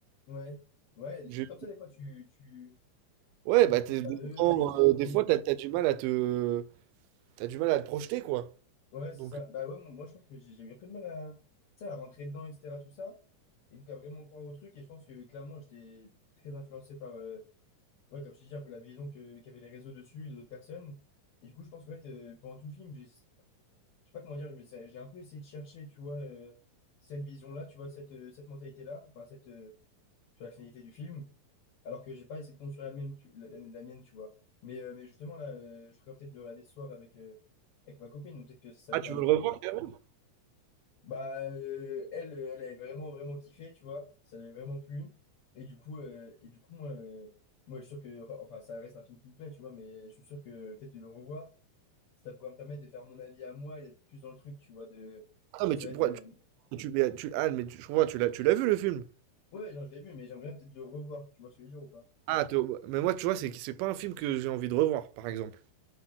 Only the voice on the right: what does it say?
Je-
Ouais,
bah,
t'es-
des
temps,
euh, des fois, t'as, t'as du mal à te, t'as du mal à te projeter, quoi.
Donc.
Ah,
tu veux le revoir, carrément?
Ah, mais
tu,
pourquoi-
tu, tu- mais tu- ah, mais tu- je comprends, tu l'as, tu l'as vu le film?
Ah, t'es au- mais moi, tu vois, c'est c'est pas un film que j'ai envie de revoir, par exemple.